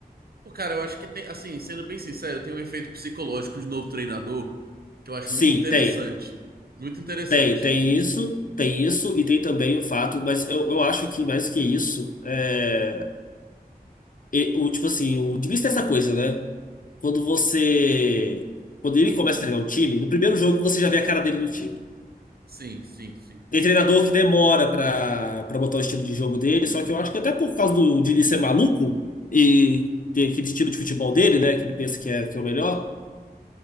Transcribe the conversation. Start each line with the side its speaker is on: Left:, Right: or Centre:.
Right: Pô, cara, eu acho que tem, assim, sendo bem sincero, tem um efeito psicológico de novo treinador que eu acho
Left: Sim,
Right: muito interessante.
Left: tem.
Right: Muito interessante.
Left: Tem, tem isso, tem isso, e tem também o fato, mas eu, eu acho que mais do que isso, é, e- o, tipo assim, o Diniz tem essa coisa, né? Quando você. Quando ele começa a treinar um time, no primeiro jogo você já vê a cara dele no time.
Right: Sim, sim, sim.
Left: Tem treinador que demora pra, pra botar o estilo de jogo dele, só que eu acho que até por causa do Diniz ser maluco e ter aquele estilo de futebol dele, né? Que ele pensa que é, que é o melhor,